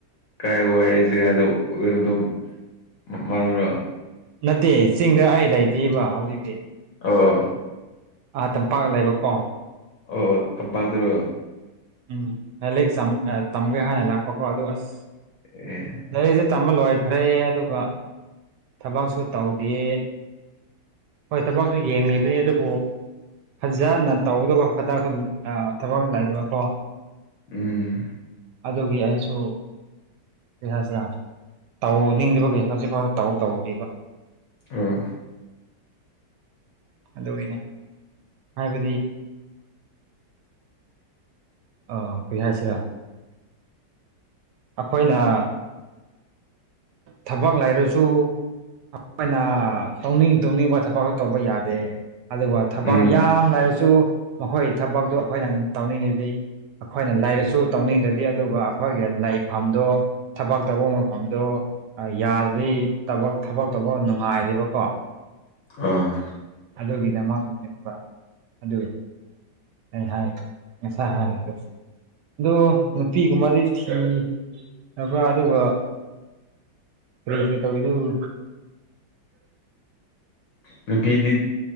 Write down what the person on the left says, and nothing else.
ꯀꯥꯏ ꯋꯥ ꯑꯩ ꯖꯒꯥꯗꯣ ꯑꯣꯏꯔꯣꯝꯗꯣ꯭ꯔꯣ
ꯑꯣ
ꯑꯣ ꯇꯝꯄꯥꯛꯇꯔꯣ
ꯑꯦ
ꯎꯝ
ꯑꯣ
ꯎꯝ
ꯑꯥ
ꯅꯨꯄꯤꯗꯤ